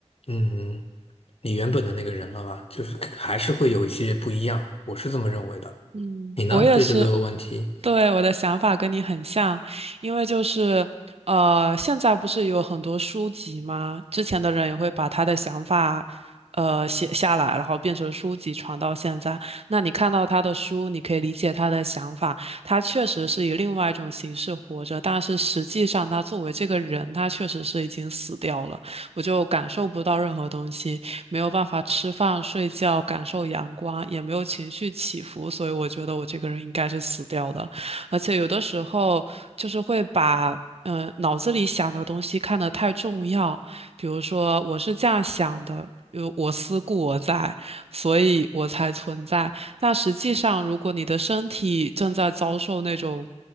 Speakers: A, on the left; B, on the right.
A: 嗯，你原本的那个人了吧？就是还是会有一些不一样，我是这么认为的。
B: 嗯，
A: 你呢？
B: 我也是。
A: 对这个问题？
B: 对，我的想法跟你很像，因为就是，呃，现在不是有很多书籍吗？之前的人也会把他的想法，呃，写下来，然后变成书籍传到现在。那你看到他的书，你可以理解他的想法，他确实是以另外一种形式活着，但是实际上他作为这个人，他确实是已经死掉了，我就感受不到任何东西，没有办法吃饭、睡觉、感受阳光，也没有情绪起伏，所以我觉得我这个人应该是死掉的。而且有的时候就是会把嗯、呃脑子里想的东西看得太重要，比如说我是这样想的，有我思故我在，所以我才存在。但实际上，如果你的身体正在遭受那种